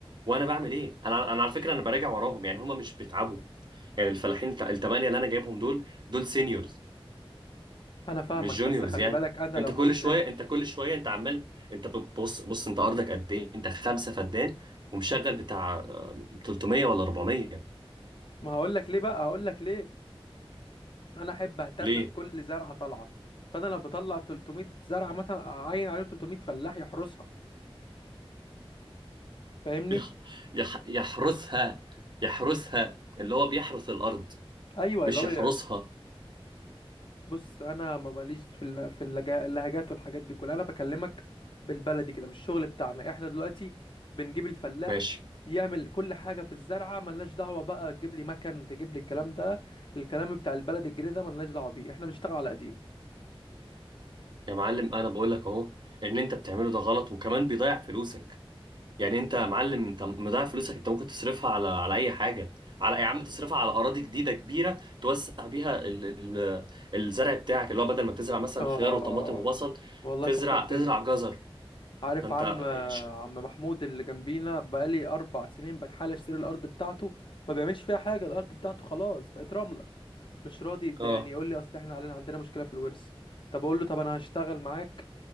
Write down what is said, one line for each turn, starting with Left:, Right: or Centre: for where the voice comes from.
Right: وانا بعمل ايه انا انا على فكره انا براجع وراهم يعني هما مش بيتعبوا يعني الفلاحين الت- التمانية اللي انا جايبهم دول دول سينيورز
Left: انا فاهمك
Right: مش
Left: بس
Right: جونيورز
Left: خلي
Right: يعني
Left: بالك انا
Right: انت
Left: لو ما
Right: كل
Left: نزلتش
Right: شويه انت كل شويه انت عمال انت ب- بص بص انت ارضك قد ايه انت خمسه فدان ومشغل بتاع آه، 300 ولا 400
Left: ما هقول لك ليه بقى هقول لك ليه انا احب اهتم
Right: ليه
Left: بكل زرعه طالعه فانا لو بطلع 300 زرعه مثلا اعين عليهم 300 فلاح يحرسها فاهمني
Right: يح- يح- يحرسها يحرسها اللي هو بيحرس الارض
Left: ايوه
Right: مش
Left: اللي هو
Right: يحرسها
Left: بص انا ما ماليش في الل- في اللجا- اللهجات والحاجات دي كلها انا بكلمك بالبلدي كده في الشغل بتاعنا احنا دلوقتي بنجيب الفلاح
Right: ماشي
Left: يعمل كل حاجه في الزرعه ملناش دعوه بقى تجيب لي مكن تجيب لي الكلام ده الكلام بتاع البلد الجديد ده ملناش دعوه بيه احنا بنشتغل على قديمه
Right: يا معلم انا بقول لك اهو ان انت بتعمله ده غلط وكمان بيضيع فلوسك يعني انت يا معلم انت مضيع فلوسك انت ممكن تصرفها على على اي حاجه على يا عم تصرفها على اراضي جديده كبيره توسع بيها ال... ال... الزرع بتاعك اللي هو بدل ما تزرع مثلا
Left: اه
Right: خيار وطماطم وبصل
Left: والله
Right: تزرع
Left: فكرتني
Right: تزرع جزر
Left: عارف
Right: فانت
Left: عم
Right: ش-
Left: عم محمود اللي جنبينا بقالي اربع سنين بتحاول اشتري الارض بتاعته ما بيعملش فيها حاجه الارض بتاعته خلاص بقت رمله مش راضي يداني
Right: اه
Left: يقول لي اصل احنا علينا عندنا مشكله في الورث طب اقول له طب انا هشتغل معاك